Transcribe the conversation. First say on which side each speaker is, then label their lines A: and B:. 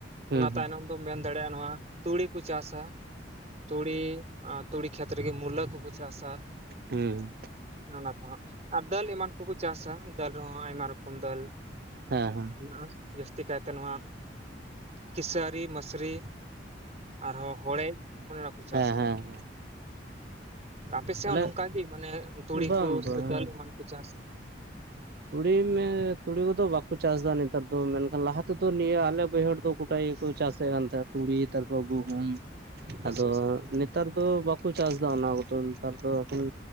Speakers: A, on the right; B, on the right.
A: ᱦᱩᱸ
B: ᱚᱱᱟ ᱛᱟᱭᱱᱚᱢ
A: ᱦᱩᱸ,
B: ᱫᱚᱢ ᱢᱮᱱ ᱫᱟᱲᱮᱭᱟᱜᱼᱟ ᱱᱚᱣᱟ ᱛᱩᱲᱤ ᱠᱩ ᱪᱟᱥ-ᱟ ᱛᱩᱲᱤ, ᱟᱸ ᱛᱩᱲᱤ ᱠᱷᱮᱛ ᱨᱮᱜᱮ ᱢᱩᱞᱟᱹ ᱠᱚᱠᱩ ᱪᱟᱥ-ᱟ
A: ᱦᱩᱸ ᱦᱮᱸ ᱦᱮᱸ
B: ᱚᱱᱟ ᱠᱚ ᱦᱟᱸᱜ᱾ ᱟᱨ ᱫᱟᱹᱞ ᱮᱢᱟᱱ ᱠᱚᱠᱩ ᱪᱟᱥᱟ ᱫᱟᱹᱞ ᱨᱮᱦᱚᱸ ᱟᱭᱢᱟ ᱨᱚᱠᱚᱢ ᱫᱟᱹᱞ,
A: ᱦᱮᱸ ᱦᱮᱸ,
B: ᱢᱮᱱᱟᱜᱼᱟ ᱡᱟᱹᱥᱛᱤ ᱠᱟᱭᱛᱮ ᱱᱚᱣᱟ ᱠᱮᱥᱟᱹᱨᱤ ᱢᱟᱹᱥᱨᱤ, ᱟᱨᱦᱚᱸ ᱦᱚᱲᱮᱡ ᱚᱱᱮ ᱚᱱᱟᱠᱚ ᱪᱟᱥᱟ
A: ᱦᱮᱸ ᱦᱮᱸ
B: ᱦᱟᱸᱜ᱾
A: ᱦᱮᱸ
B: ᱟᱯᱮ ᱥᱮᱜ
A: ᱛᱟᱦᱞᱮ
B: ᱦᱚᱸ ᱱᱚᱝᱠᱟ ᱜᱤ ᱢᱟᱱᱮ ᱛᱩᱲᱤ
A: ᱵᱟᱝ
B: ᱠᱩ
A: ᱵᱟᱝ
B: ᱥᱮ ᱫᱟᱹᱞ ᱮᱢᱟᱱ ᱠᱩ ᱪᱟᱥ
A: ᱛᱩᱲᱤᱢᱮ ᱛᱩᱲᱤ ᱠᱚᱫᱚ ᱵᱟᱠᱚ ᱪᱟᱥ-ᱟ ᱱᱮᱛᱟᱨ ᱫᱚ ᱢᱮᱱᱠᱷᱟᱱ ᱞᱟᱦᱟ ᱛᱮᱫᱚ ᱱᱤᱭᱟᱹ ᱟᱞᱮ ᱵᱟᱹᱭᱦᱟᱹᱲ ᱫᱚ, ᱜᱩᱴᱟ ᱜᱮᱠᱚ ᱪᱟᱥᱮᱜ ᱠᱟᱱ ᱛᱟᱦᱮᱸ ᱛᱩᱲᱤ ᱛᱟᱨᱯᱚᱨ ᱜᱩᱦᱩᱢ
B: ᱟᱪᱪᱷᱟ
A: ᱟᱫᱚ
B: ᱟᱪᱪᱷᱟ
A: ᱱᱮ ᱛᱟᱨ ᱫᱚ ᱵᱟᱠᱩ ᱪᱟᱥ ᱫᱟ ᱚᱱᱟ ᱠᱚᱫᱚ ᱱᱮᱛᱟᱨ ᱫᱚ ᱮᱠᱷᱚᱱ